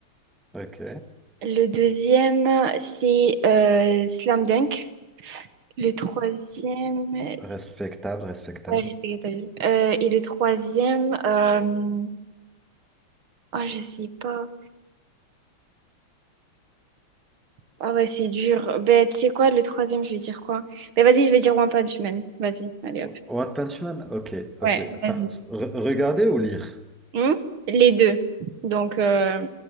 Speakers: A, in the centre; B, on the right.
A: Ok.
B: Le deuxième, c'est euh, Slam Dunk. Le troisième,
A: Respectable, respectable.
B: ouais, Respect à ta vie. Euh, et le troisième, euh... ah, je sais pas. Ah ouais, c'est dur. Ben, tu sais quoi, le troisième, je vais dire quoi? Ben, vas-y, je vais dire One Punch Man. Vas-y, allez hop.
A: One Punch Man? Ok, ok.
B: Ouais,
A: Enfin,
B: vas-y.
A: re- regarder ou lire?
B: Hmm Les deux. Donc, euh,